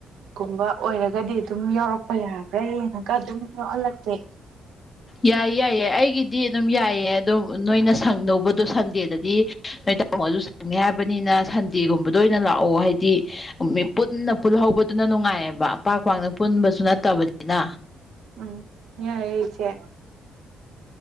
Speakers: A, on the right; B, on the left.
A: ꯀꯨꯨꯝꯕ ꯑꯣꯏꯔꯒꯗꯤ ꯑꯗꯨꯝ ꯌꯥꯎꯔꯛꯄ ꯌꯥꯕ꯭ꯔꯥ ꯌꯦꯡꯉꯒ ꯑꯗꯨꯝ ꯌꯥꯎꯍꯜꯂꯛꯀꯦ
B: ꯌꯥꯏ ꯌꯥꯏ ꯌꯥꯏ ꯑꯩꯒꯤꯗꯤ ꯑꯗꯨꯝ ꯌꯥꯏꯌꯦ ꯑꯗꯨꯝ ꯅꯣꯏꯅ ꯁꯪꯗꯧꯗꯣ ꯁꯟꯗꯦꯗꯗꯤ ꯅꯣꯏ ꯇꯥꯃꯣ ꯁꯪꯅꯤ ꯍꯥꯏꯕꯅꯤꯅ ꯁꯟꯗꯦꯒꯨꯝꯕꯗ ꯑꯣꯏꯅ ꯂꯥꯛꯑꯣ ꯍꯥꯏꯗꯤ ꯃꯤ ꯄꯨꯟꯅ ꯄꯨꯜꯍꯧꯕꯗꯨꯅ ꯅꯨꯡꯉꯥꯏꯌꯦꯕ ꯄꯥꯛ ꯄꯥꯛꯅ ꯄꯨꯟꯕꯁꯨ ꯅꯠꯇꯕꯅꯤꯅ
A: ꯎꯝ ꯌꯥꯢꯌꯦ ꯢꯆꯦ